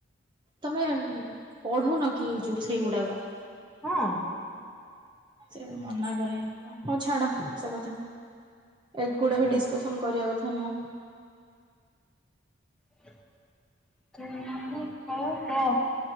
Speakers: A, on the right; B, in the centre.
A: ତମେ ପଢୁନ କି ଯୋଉ ସେଇଗୁଡାକ।
B: ହଁ।
A: ସେ ମନା କରେ ହଉ ଛାଡ ସେ କଥା ଏ ଗୁଡେ ବି
B: ମୋତେ
A: ଡିସ୍କସ କରିବା କଥା ନୁହଁ।
B: <inaudible>